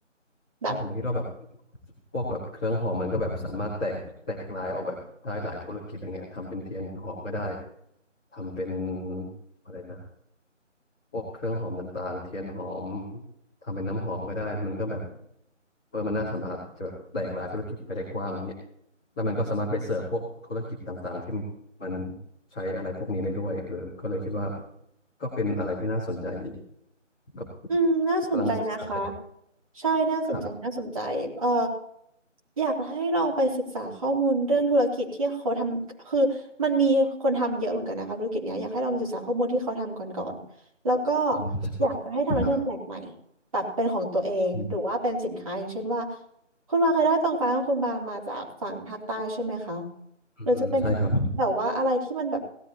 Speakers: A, on the right; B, in the centre.
A: ๆแบบ
B: ถ้าผมคิดว่าแบบพวกแบบเครื่องหอมมันก็แบบสามารถแตกแตกลายออกแบบได้หลายธุรกิจอะไรเงี้ยทำเป็นเทียนหอมก็ได้ทำเป็นอะไรนะพวกเครื่องหอมต่างๆเทียนหอมทำเป็นน้ำหอมก็ได้มันก็แบบเออมันน่าสามารถจะแบบแตกลายธุรกิจไปได้กว้างอะไรเงี้ยแล้วมันก็สามารถไปเสิร์ฟพวกธุรกิจต่างๆที่มันใช้อะไรพวกนี้ได้ด้วยเออก็เลยคิดว่าก็เป็นอะไรที่น่าสนใจดีก็
A: อืมน่าสนใจนะคะ
B: กำลังศึกษาอยู่
A: ใช่น่าสนใจน่าสนใจเอ่อ
B: ครับ
A: อยากให้ลองไปศึกษาข้อมูลเรื่องธุรกิจที่เขาทำคือมันมีคนทำเยอะเหมือนกันนะคะธุรกิจเนี้ยอยากให้ลองไปศึกษาข้อมูลที่เขาทำก่อนก่อนแล้วก็
B: อืม
A: อยากจะให้ทำอะไรที่มันแปลกใหม่
B: ครับ
A: แบบเป็นของตัวเองหรือว่าเป็นสินค้าอย่างเช่นว่า
B: อื
A: คุณมาเคยได้ตองฟ้าของคุณมามาจากฝั่งภาคใต้ใช่ไหมคะ
B: อืมอืมใช่ครับ
A: หรือจะเป็นแบบว่าอะไรที่มันแบบ